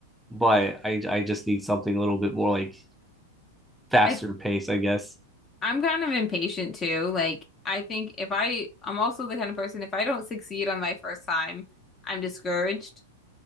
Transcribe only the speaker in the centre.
but I I just need something a little bit more like faster
pace, I guess.